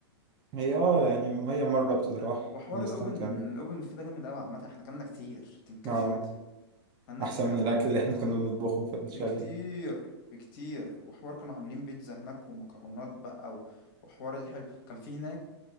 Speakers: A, on the right; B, on the left.
A: هي اه يعني هي مرة بتتراح
B: وحوار
A: بنستمتع
B: الاوبن
A: بيها
B: الاوبن بوفيه ده جامد قوي عامه احنا كلنا كتير تنكرش
A: اه
B: كده كلنا
A: أحسن
B: كتير قوي
A: من الأكل اللي احنا كنا بنطبخه في الشاليه
B: بكتير بكتير وحوار كانوا عاملين بيتزا هناك ومكرونات بقى و- وحوار الحلو كان في هناك